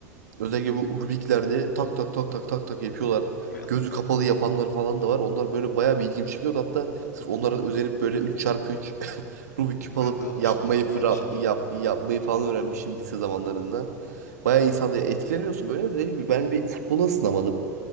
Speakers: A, on the right; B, on the left.
A: Özellikle bu Rubik'lerde tak tak tak tak tak tak yapıyorlar.
B: Ben,
A: Gözü kapalı yapanlar falan da var. Onlar böyle bayağı bir ilgimi çekiyordu. Hatta sırf onlara özenip böyle üç x üç <laughs> Rubik küp
B: <laughs>
A: alıp
B: ben de almıştım
A: yapmayı
B: ondan
A: fıra-
B: aynı şekilde.
A: yap, yapmayı falan öğrenmişim lise zamanlarında. Bayağı insanda etkileniyorsun böyle. Dediğim gibi ben bir futbola ısınamadım.